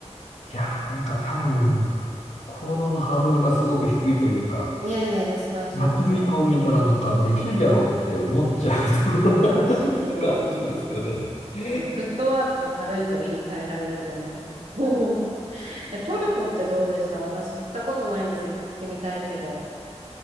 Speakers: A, on the left; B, on the right.
A: や、なんか多分、行動のハードルがすごく低いというか、
B: いやいやいや、素晴らしいことだと思
A: やってる人を見たらなんかできるじゃろうって思っちゃう
B: う。いや、
A: <laughs> ところがなんていうか、
B: 素晴らしいと思います。
A: そうですよね。
B: あの、フットワークが軽いと言い換えられると思います。<laughs> え、トルコってどうでした私行ったことないんです。行ってみたいけど。